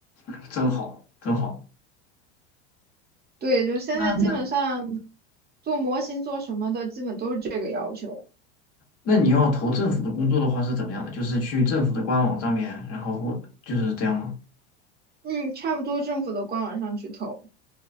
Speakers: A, on the left; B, on the right.
A: <laughs> 真好，真好。
B: 对，就现在基本上
A: 那那。
B: 做模型做什么的，基本都是这个要求。
A: 那你要投政府的工作的话是怎么样的？就是去政府的官网上面，然后或就是这样吗？
B: 嗯，差不多政府的官网上去投。